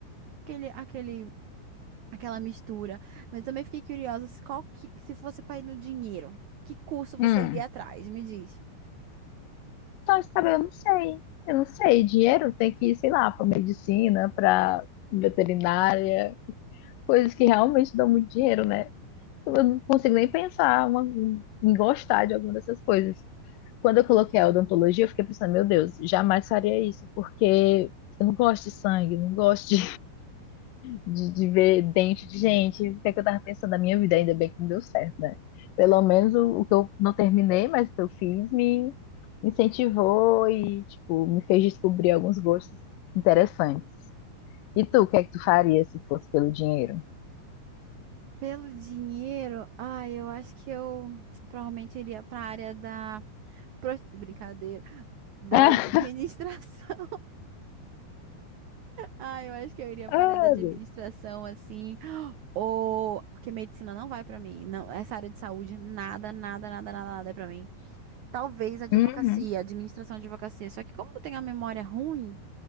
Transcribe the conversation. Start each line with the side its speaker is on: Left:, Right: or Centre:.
Right: Aquele, aquele, aquela mistura. Mas também fiquei curiosa, se qual que, se fosse pra ir no dinheiro, que curso você
Left: Hum.
Right: iria atrás? Me diz.
Left: Só de eu não sei. Eu não sei. Dinheiro tem que ir, sei lá, para medicina, para veterinária, coisas que realmente dão muito dinheiro, né? Eu não consigo nem pensar uma- em gostar de alguma dessas coisas. Quando eu coloquei a odontologia, eu fiquei pensando, meu Deus, jamais faria isso, porque eu não gosto de sangue, não gosto de de, de ver dente de gente, o que é que eu tava pensando na minha vida, ainda bem que não deu certo, né? Pelo menos o, o que eu não terminei, mas o que eu fiz me incentivou e, tipo, me fez descobrir alguns gostos interessantes. E tu, o que é que tu faria se fosse pelo dinheiro?
Right: Pelo dinheiro, ai, eu acho que eu provavelmente iria pra área da pro- brincadeira, da
Left: <laughs>
Right: administração. Ah, eu acho que eu iria
Left: Ah,
Right: para a área de
Left: Deus.
Right: administração, assim, <gasps> ou... Porque medicina não vai para mim, não, essa área de saúde, nada, nada, nada, nada, nada é para mim. Talvez advocacia,
Left: Uhum,
Right: administração de advocacia, só que como eu tenho a memória ruim,